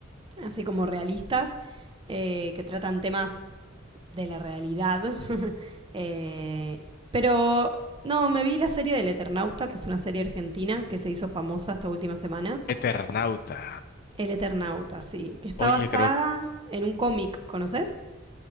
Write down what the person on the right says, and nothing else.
así como realistas eh, que tratan temas de la realidad. <laughs> Eh, pero no, me vi la serie del Eternauta, que es una serie argentina que se hizo famosa esta última semana.
El Eternauta, sí. Que está
basada
en un cómic, ¿conoces?